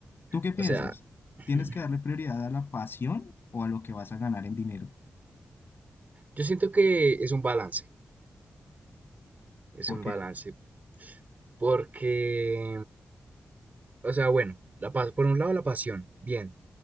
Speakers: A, on the left; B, on the right.
A: ¿Tú qué piensas?
B: O sea, <laughs>
A: ¿Tienes que darle prioridad a la pasión o a lo que vas a ganar en dinero?
B: yo siento que es un balance, es
A: ¿Por
B: un
A: qué?
B: balance, porque O sea, bueno, la pas- por un lado la pasión, bien,